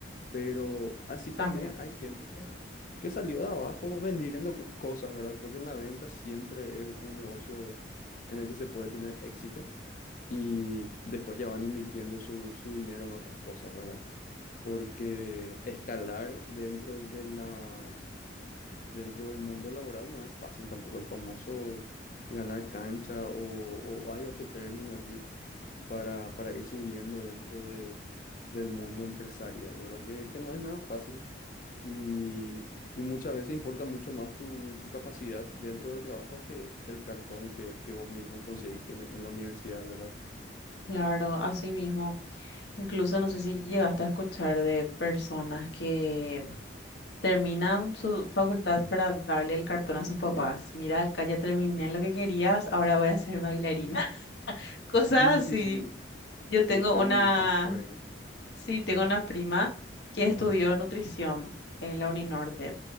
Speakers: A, on the left; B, on the left.
A: pero así
B: También.
A: también hay gente que, que salió de abajo vendiendo co- cosas, ¿verdad? Creo que en la venta siempre es un un negocio en el que se puede tener éxito y después ya van invirtiendo su, su dinero en otras cosas, ¿verdad? Porque escalar dentro de la dentro del mundo laboral no es fácil tampoco el famoso ganar cancha o, o hay otro término allí para, para ir subiendo dentro de, del mundo empresarial, ¿verdad? Que, que no es nada fácil y, y muchas veces importa mucho más tu, tu capacidad dentro del trabajo que el cartón que, que vos mismo conseguiste en, en la universidad, ¿verdad?
B: Claro, así mismo. Incluso no sé si llegaste a escuchar de personas que terminan su facultad para darle el cartón a sus papás. Mira, acá ya terminé lo que querías, ahora voy a ser bailarina. <laughs> Cosas
A: Sí,
B: así.
A: sí, sí,
B: Yo
A: déjame
B: tengo una,
A: en paz por ahí.
B: sí, tengo una prima que estudió nutrición en la Uninorte